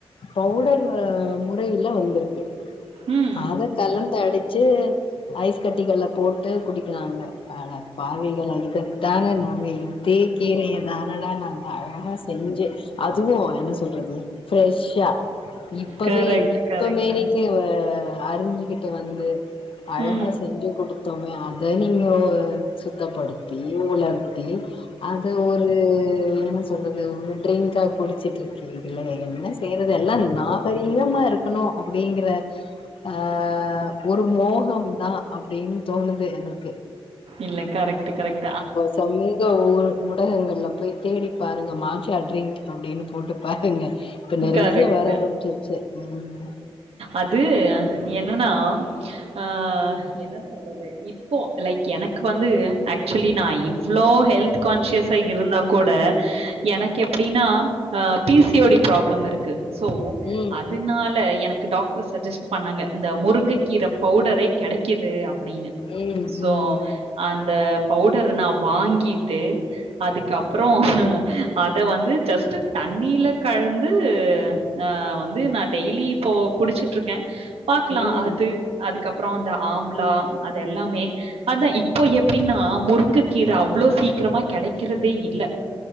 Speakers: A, on the left; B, on the right.
A: பவுடர் முறையில வந்ருக்
B: ம்.
A: அத கலந்து அடி வச்சி ஐஸ் கட்டிகல போட்டு குடிக்கிறாங்க அட பாவிகள இத தான அங்க இதே கீரைய தானடா நா அழாகா செஞ்சு அதுவு என்ன சொல்றது ஃப்ரெஷ்ஷா இப்பவே
B: கரெக்ட்,
A: இப்ப
B: கரெக்ட்.
A: மேனிக்கே அறிஞ்சிக்கிட்டு வந்து அழகா
B: ம்.
A: செஞ்சு குடுத் த்தோமே அத நீங்க சுத்தப்படுத்தி உலர்த்தி அது ஒரு என்ன சொல்றது ட்ரிங்காகுடிச்சிட்டு இருக்கு இ என்ன செய்றது எல்லா நாகரீகமா இருக்கனு அப்டிங்கிற அ ஒரு மோகம் தா அப்டின் தோணுது எனக்
B: இல்ல கரெக்ட் கரெக்
A: சமூக ஊ ஊடகங்கள்ல போய் தேடி பாருங்க மாச்சாட்ரிங் அபடின்னு போட்டு பாருங்க இப்ப நறைய
B: கரெக்ட்.
A: வர ஆரம்பிச்ருச்சு ம்
B: அது என்னன்னா ஆ என்ன சொல்றது இப்போ லைக் எனக்கு வந்து ஆக்சுவலி நா இவ்ளோ ஹெல்த் கான்சியஸா இருந்தா கூட எனக்கு எப்டின்னா அ பீசி ஓடி ப்ராப்ளம் இருக்கு சோ
A: ம்
B: அதனால எனக்கு டாக்டர் சஜஸ்ட் பண்ணாங்க இந்த முருங்க கீர பவுடரே கெடைக்குது அப்படின்னு
A: ம்
B: சோ
A: ம்
B: அந்த பவுடர நா வாங்கிட்டு அதுக்கப்றோ அத வந்து ஜஸ் தண்ணீல கழந்து அ வந்து நா டெய்லி இப்போ குடிச்ட்ருக்கே பாக்லா
A: ம் ம்
B: அது அதுக்கப்றோ அந்த ஆம்லா அது எல்லாமே அதா இப்போ எப்டின்னா முருங்கக்கீர அவ்ளோ சீக்ரமா கெடைக்றதே இல்ல